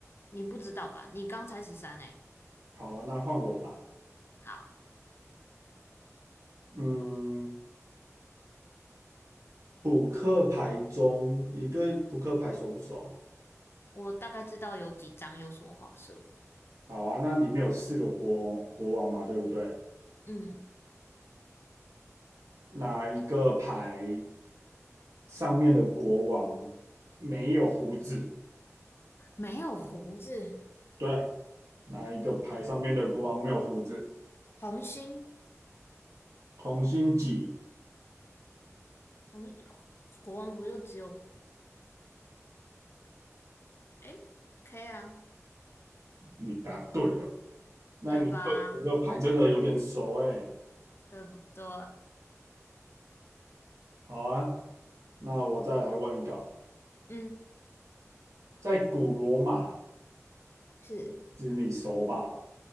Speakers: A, on the left; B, on the right.
A: 你不知道吧？你刚才十三哎，
B: 好啊，那换我吧。
A: 好，
B: 嗯，扑克牌中，你对扑克牌熟不熟？
A: 我大概知道有几张有什么花色。
B: 好啊，那里面有四个国国王嘛，对不对？
A: 嗯，
B: 哪一个牌上面的国王没有胡子？
A: 没有胡子，
B: 对，哪一个牌上面的国王没有胡子？
A: 红心，
B: 红心几？
A: 红国王不就只有哎 K 啊，
B: 你答对了。那你对这个牌真的有点熟哎。
A: 对吧？对不对？
B: 好啊，那我再来问一个，
A: 嗯，
B: 在古罗马，
A: 是
B: 这你熟吧？